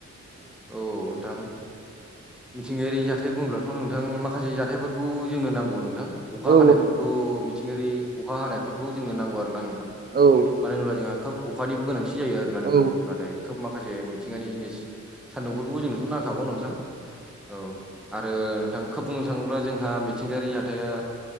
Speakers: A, in the centre; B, on the right.
A: औ नोंथां मिथिंगायारि जाथाय बुङोब्लाथ' नोंथां माखासे जाथायफोरखौ जोंनो नांगौ नोंथां अखा
B: औ
A: हानायफोरखौथ' मिथिंगायारि अखा हानायफोरखौ जोंनो नांगौ आरोना नोंथां।
B: औ
A: मानो होनोब्ला जोंहा खोब अखानिबो गोनांथि जायो आरोना नोंथां
B: औ
A: नाथाय खोब माखासे मिथिगानि जिनिस सान्दुंफोरखौबो जोंनोथ' नांखागौ नोंथां औ आरो नोंथां खोब बुंनो थाङोब्ला जोंहा मिथिंगायारि जाथाया